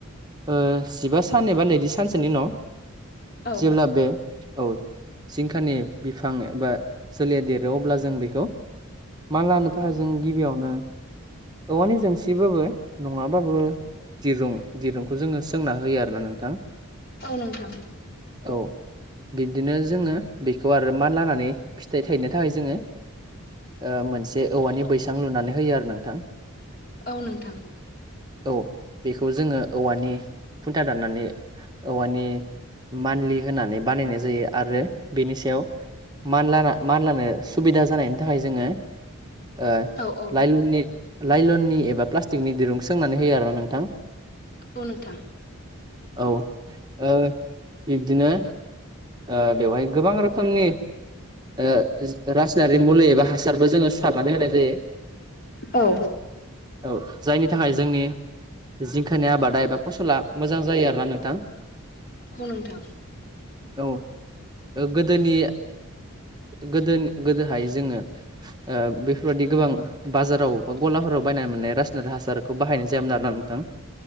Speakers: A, on the right; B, on the left.
A: ओ जिबा सान एबा नैजि सानसोनि न'
B: औ
A: जेब्ला बे औ। जिंखानि बिफां एबा सोलिया देरो अब्ला जों बेखौ मा लानो थाखाय
B: औ
A: जों गिबियावनो औवानि जोंसिबाबो नङाबाबो दिरुं दिरुंखौ जोङो सोंना होयो आरोना नोंथां।
B: औ नोंथां।
A: औ। बिदिनो जोङो बेखौ आरो मा लानानै फिथाइ थायनो थाखाय जोङो ओ मोनसे औवानि बैसां लुनानै होयो आरो नोंथां।
B: औ नोंथां।
A: औ बेखौ जोङो औवानि खुन्था दाननानै औवानि मान्लि होनानै बानायनाय जायो। आरो बेनि सायाव मानलाना मानलानो सुबिदा जानायनि थाखाय जोङो ओ
B: औ औ
A: लाइलननि लाइलननि एबा प्लास्टिकनि दिरुं सोंनानै होयो आरोना नोंथां।
B: औ नोंथां।
A: औ ओ बिब्दिनो ओ बेवहाय गोबां रोखोमनि ओ रास जारि मुलि एबा हासारबो जोङो सारनानै होनाय जायो।
B: औ
A: औ जायनि थाखाय जोंनि जिंखानि आबादा एबा फसला मोजां जायो आरोना नोंथां
B: औ नोंथां
A: औ गोदोनि गोदो गोदोहाय जोङो <inaudible> ओ बेफोरबाददि गोबां बाजाराव बा गलाफोराव बायना मोननाय रासायनारि हासारखौ बाहायनाय जायोमोन आरोना